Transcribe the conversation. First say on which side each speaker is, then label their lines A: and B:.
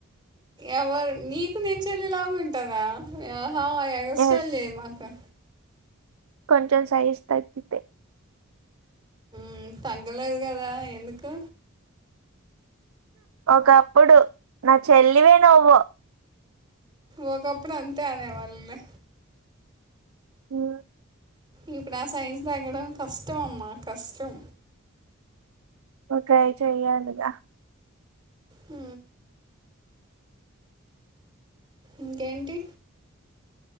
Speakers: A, on the right; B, on the right.
A: ఎవరు నీకు నేను చెల్లిలాగా ఉంటానా ఆహా ఎగస్ట్రాలు
B: ఎస్
A: చేయమాకు
B: కొంచెం సైజు తగ్గితే
A: ఉ తగ్గలేదు కదా ఎందుకు
B: ఒకప్పుడు నా చెల్లివే నువ్వు
A: ఒకప్పుడు అంతే అనేవాళ్ళులే
B: ఉ
A: ఇక్కడ ఆ సైజ్ తేగ్గడం కష్టం అమ్మా కష్టం
B: నువ్వు ట్రై చేయాలిగా
A: ఊ ఇంకేంటి